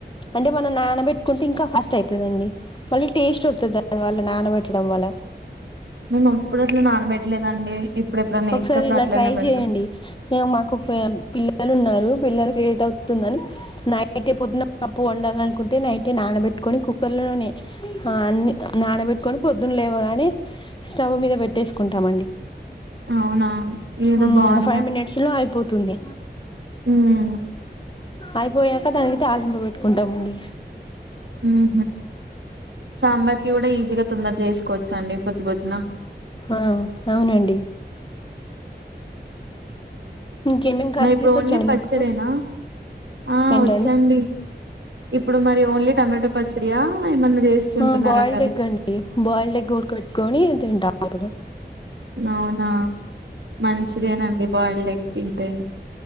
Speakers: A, on the left; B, on the right.
A: అంటే మనం నానబెట్టుకుంటే ఇంకా ఫస్ట్ స్టైతదండి మళ్ళీ టేస్ట్ ఒత్తది దానివల్ల నానబెట్టడం వల్ల
B: మేమప్పుడు అట్ల నానబెట్టలేదండి ఇప్పుడెప్పుడన్నా
A: ఒక్సారి
B: వేసేటప్పుడు
A: ఇలా
B: అట్లనే
A: ట్రై
B: పెడతాం
A: జేయండి మేమ్ మాకు ప్ పిల్లలు ఉన్నారు పిల్లలకి లేట్ అవు తుందని నైటే పొద్దున్న కప్పు వండాలనుకుంటే నైటే నానబెట్టుకొని కుక్కర్లలోనే హ అన్ని నానబెట్టుకొని పొద్దున్లేవగానే స్టవ్ మీద బెట్టేసుకుంటామండి
B: అవునా ఇదేదో
A: హ్మ్
B: బాగుంద
A: ఫైవ్ మినిట్స్ లో అయిపోతుంది
B: ఉమ్
A: అయిపోయాక దానికి తాలింపు పెట్టుకుంటామండి
B: ఉహు సాంబార్ కి కూడా ఈజీగా తొందర చేసుకోవచ్చు అండి పొద్దు పొద్దున
A: ఆ అవునండి ఇంకేమేమి కర్రీస్
B: నువ్ ఇప్పుడు ఓన్లీ
A: వచ్చండి
B: పచ్చడేనా
A: మీకు
B: ఆ
A: ఏంటండి
B: వచ్చండి ఇప్పుడు మరి ఓన్లీ టమాటో పచ్చడియా ఏమన్నా చేసుకుంటున్నారా
A: ఆ బాయిల్డ్
B: కర్రీ
A: ఎగ్ అండి బాయిల్డ్ ఎగ్ ఉడక పేట్టుకొని తింటాం ఇప్పుడు
B: అవునా మంచిదేనండి బాయిల్డ్ ఎగ్ తింటే